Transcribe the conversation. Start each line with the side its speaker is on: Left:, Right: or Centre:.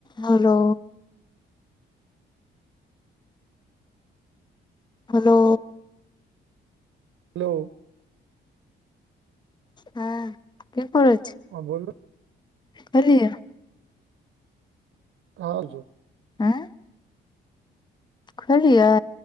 Left: हलो hello
Right: hello
Left: हँ केकर <unintelligible> छै।
Right: हँ बोलू
Left: खेलिये।
Right: और जो
Left: आँय खेलियै।